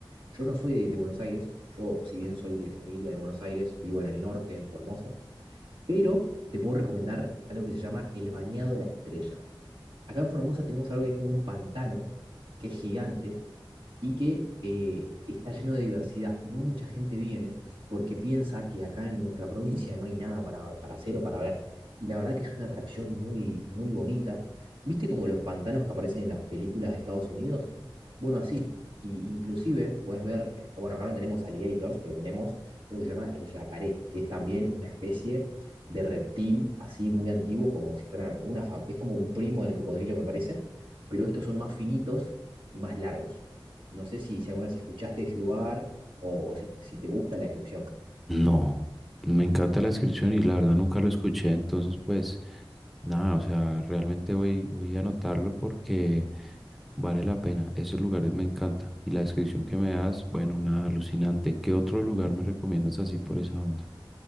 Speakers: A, on the right; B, in the centre.
A: yo no soy de, de Buenos Aires, yo si bien soy de familia de Buenos Aires, vivo en el norte, en Formosa, pero te puedo recomendar algo que se llama el Bañado de la Estrella. Acá en Formosa tenemos algo que es como un pantano, que es gigante y que eh, está lleno de diversidad. Y no mucha gente viene porque piensa que acá en nuestra provincia no hay nada para, para hacer o para ver. Y la verdad que es una atracción muy, muy bonita. ¿Viste como los pantanos que aparecen en las películas de Estados Unidos? Bueno, así. Y inclusive puedes ver, eh, bueno, acá no tenemos alligators, pero tenemos lo que se llama el yacaré, que es también una especie de reptil así muy antiguo, como si fuera una, fa- es como un primo del cocodrilo, me parece, pero estos son más finitos y más largos. No sé si, si alguna vez escuchaste de ese lugar o, o si, si te gusta la descripción.
B: No, me encanta la descripción y la verdad nunca lo escuché, entonces pues nada, o sea, realmente voy, voy a anotarlo porque vale la pena, esos lugares me encanta y la descripción que me das, bueno, nada, alucinante. ¿Qué otro lugar me recomiendas así por esa onda?